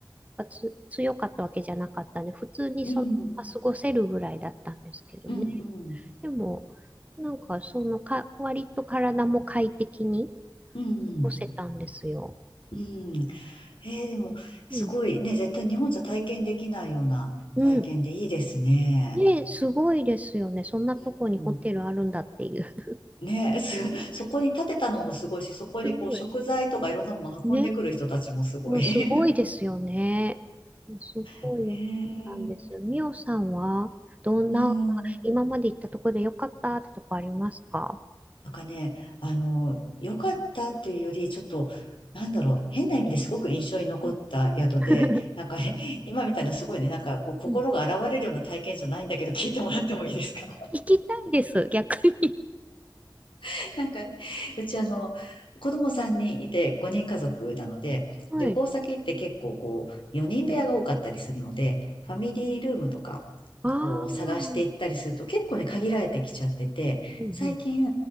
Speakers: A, on the right; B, on the left.
A: がつ強かったわけじゃなかったんで、普通にそのまま過ごせるぐらいだったんですけどね。
B: うん、うん、うん、
A: でも、なんかそのか、割と体も快適に
B: うん。
A: 過ごせたんですよ。
B: うんえー、でも、すごいね、
A: うん。
B: 絶対日本じゃ体験できないような体験でいいですね。
A: うん。ね、すごいですよね。そんなとこにホテルあるんだっていう。
B: うんね、す、<laughs> そこに建てたのもすごいし、そこにこう食材とかいろんなもの運んでくる人たちもすごい。
A: <laughs> すごい。ね。うん、
B: <laughs>
A: すごいですよね。すごい良かったんです。
B: へえ、
A: みおさんは、どんな、
B: うん。
A: 今まで行ったところで良かったってとこありますか
B: なんかね、あの、良かったっていうより、ちょっと、なんだろう、変な意味ですごく印象に残った宿で、
A: うん。<laughs>
B: なんかね <laughs> 今みたいなすごいね、なんかこう心が洗われるような体験じゃないんだけど、
A: うん。
B: 聞いてもらってもいいですか
A: 聞きたいです、逆に。
B: <laughs> なんか、うちあの、子供3人いて5人家族なので、
A: はい。
B: 旅行先って結構こう、4人部屋が多かったりするので、ファミリールームとか、
A: ああ、うん
B: こう、探していったりすると結構ね、限られてきちゃってて、
A: うん。
B: 最近、